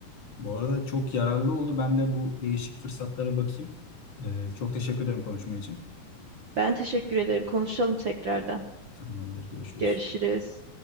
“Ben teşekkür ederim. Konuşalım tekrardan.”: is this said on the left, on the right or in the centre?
Right